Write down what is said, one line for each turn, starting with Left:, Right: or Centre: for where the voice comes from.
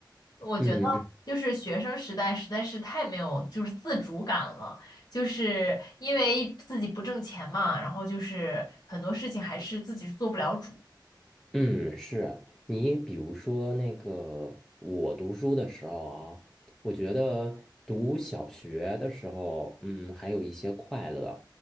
Left: 我觉得就是学生时代实在是太没有就是自主感了，
Centre: 嗯嗯
Left: 就是因为自己不挣钱嘛，然后就是很多事情还是自己是做不了主。
Centre: 嗯，是你比如说那个，我读书的时候啊，我觉得读小学的时候，嗯，还有一些快乐，